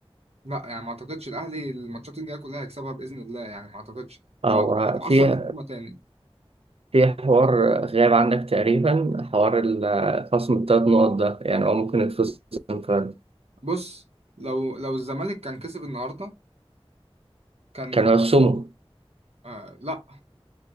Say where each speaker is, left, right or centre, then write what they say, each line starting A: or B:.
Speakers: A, on the right; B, on the right.
A: لا يعني ما اعتقدش الاهلي الماتشات الجايه كلها هيكسبها باذن الله يعني ما اعتقدش
B: هو
A: لو هيتاثر
B: في
A: في هجمه تاني
B: في حوار غاب عنك تقريبا حوار ال- خصم التلات نقط ده يعني هو ممكن يتخصم فعلا
A: بص لو لو الزمالك كان كسب النهارده كان
B: كان هيخصمه
A: آه لا